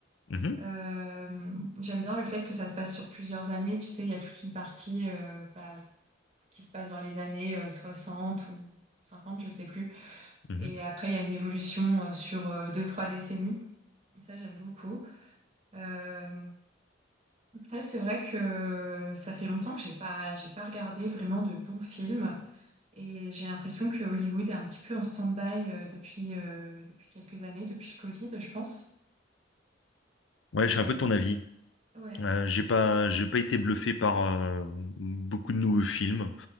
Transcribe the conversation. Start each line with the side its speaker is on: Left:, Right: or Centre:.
Left: Mhm.
Right: Euh, j'aime bien le fait que ça se passe sur plusieurs années. Tu sais, il y a toute une partie euh, bah, qui se passe dans les années euh, 60 ou 50, je sais plus.
Left: Mhm.
Right: Et après, il y a une évolution euh, sur euh, deux, trois décennies. Ça, j'aime beaucoup. Euh, après, c'est vrai que ça fait longtemps que j'ai pas, j'ai pas regardé vraiment de bons films. Et j'ai l'impression que Hollywood est un petit peu en stand-by euh, depuis, euh, depuis quelques années, depuis le Covid, je pense.
Left: Ouais,
Right: Et
Left: je suis un
Right: euh,
Left: peu de ton avis.
Right: ouais.
Left: Euh, j'ai pas, j'ai pas été bluffé par euh, beaucoup de nouveaux films.